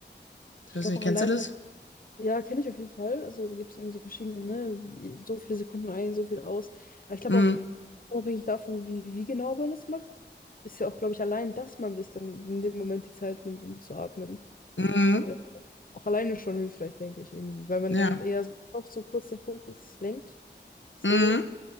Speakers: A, on the left; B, on the left.
A: Ich
B: Ich weiß
A: glaube
B: nicht,
A: auch
B: kennst
A: alleine,
B: du das?
A: ja, kenne ich auf jeden Fall. Also da gibt es irgendwie so verschiedene, ne? So viele Sekunden ein, so viel aus. Aber ich glaube
B: Mhm.
A: auch, unabhängig davon, wie, wie genau man es macht, ist ja auch, glaube ich, allein, dass man sich dann in dem Moment die Zeit nimmt, um zu atmen.
B: Mhm.
A: Äh, auch alleine schon hilfreich, denke ich irgendwie. Weil man
B: Ja.
A: dann eher so, auf so kurz den Fokus lenkt. So.
B: Mhm.